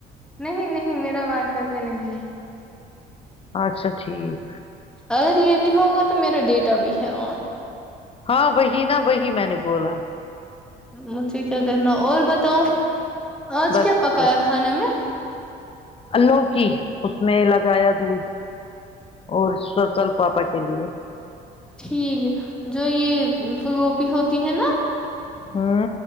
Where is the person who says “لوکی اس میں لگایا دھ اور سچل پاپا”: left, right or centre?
Left